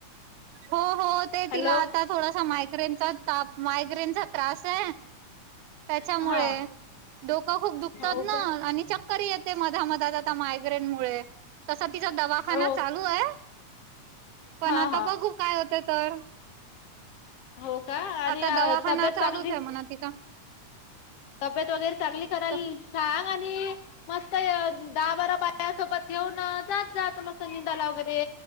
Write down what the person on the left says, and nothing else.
हॅलो
हा
हो
का
हो
हा
हा
हो का आणि
तब्येत
चांगली
तब्येत वगैरे चांगली कराला
सांग, आणि मस्त दहा बारा बाय न त्यासोबत घेऊन जात जात मस्त निंदाला वगैरे,